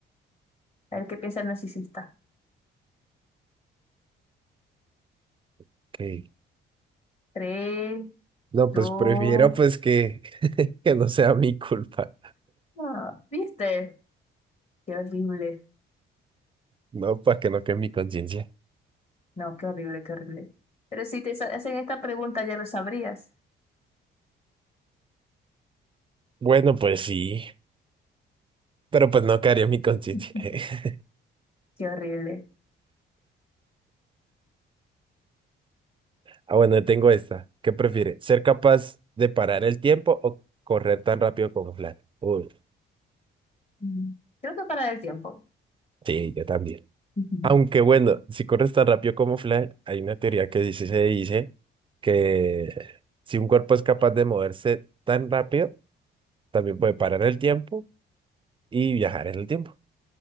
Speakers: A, on the left; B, on the right.
A: a ver qué piensa el narcisista.
B: Ok.
A: Tres,
B: No,
A: dos,
B: pues prefiero pues que, <laughs> que no sea mi culpa.
A: ah, ¿viste? Qué horrible.
B: No, para que no quede mi conciencia.
A: No, qué horrible, qué horrible. Pero si te sa- hacen esta pregunta ya lo sabrías.
B: Bueno, pues sí, pero pues no quedaría mi conciencia.
A: <laughs>
B: <laughs>
A: Qué horrible.
B: Ah, bueno, tengo esta. ¿Qué prefiere? ¿Ser capaz de parar el tiempo o correr tan rápido como Flash? Uy,
A: Mm. Creo que para el tiempo.
B: sí, yo también.
A: <laughs>
B: Aunque bueno, si corres tan rápido como Flash, hay una teoría que dice, se dice que si un cuerpo es capaz de moverse tan rápido, también puede parar el tiempo y viajar en el tiempo.